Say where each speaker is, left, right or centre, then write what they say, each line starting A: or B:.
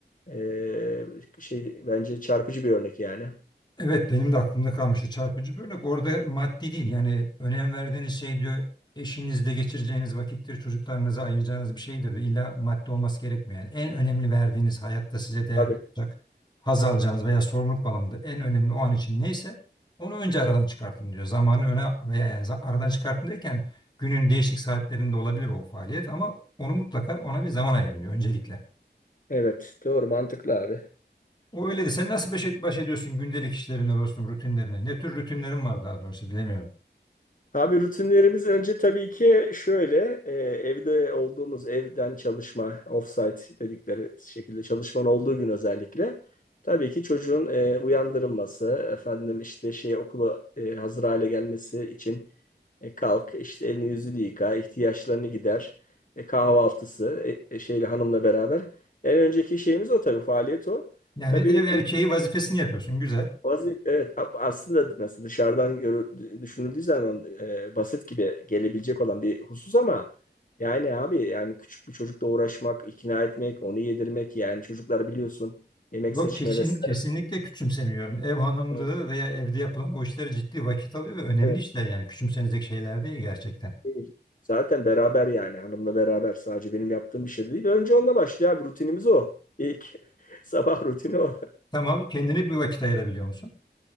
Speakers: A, on the left (about 45°); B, on the left (about 25°).
A: e, şey bence çarpıcı bir örnek yani.
B: Evet benim de aklımda kalmıştı çarpıcı bir örnek. Orada maddi değil yani önem verdiğiniz şey diyor eşinizle geçireceğiniz vakittir, çocuklarınıza ayıracağınız bir şeydir. İlla maddi olması gerekmiyor. Yani en önemli verdiğiniz hayatta size değer
A: Abi.
B: katacak, haz alacağınız veya sorumluluk bağlamında en önemli o an için neyse onu önce aradan çıkartın diyor. Zamanı öne veya yani za- aradan çıkartın derken günün değişik saatlerinde olabilir o faaliyet ama onu mutlaka ona bir zaman ayırın diyor öncelikle.
A: Evet, doğru mantıklı abi.
B: O öyle de sen nasıl baş, baş ediyorsun gündelik işlerine dostum rutinlerine? Ne tür rutinlerin var daha doğrusu bilemiyorum.
A: Abi rutinlerimiz önce tabii ki şöyle e, evde olduğumuz evden çalışma offsite dedikleri şekilde çalışmanın olduğu gün özellikle tabii ki çocuğun e, uyandırılması efendim işte şey okula e, hazır hale gelmesi için e, kalk işte elini yüzünü yıka ihtiyaçlarını gider e, kahvaltısı e, e, şeyle hanımla beraber en önceki şeyimiz o tabii faaliyet o.
B: Yani
A: Tabii
B: ev erkeği
A: bu
B: vazifesini yapıyorsun güzel.
A: bazı, evet a- aslında mesela dışarıdan görü- düşünüldüğü zaman e, basit gibi gelebilecek olan bir husus ama yani abi yani küçük bir çocukla uğraşmak, ikna etmek, onu yedirmek yani çocuklar biliyorsun yemek
B: Yok
A: seçme
B: kesin
A: vesaire.
B: kesinlikle küçümsemiyorum. Ev hanımlığı
A: Evet,
B: veya evde yapılan o işler ciddi vakit alıyor ve önemli
A: evet.
B: işler yani küçümsenecek şeyler değil gerçekten.
A: Değil. Zaten beraber yani hanımla beraber sadece benim yaptığım bir şey de değil. Önce onunla başlıyor abi rutinimiz o. İlk <laughs> sabah rutini o.
B: Tamam kendine bir vakit ayırabiliyor musun?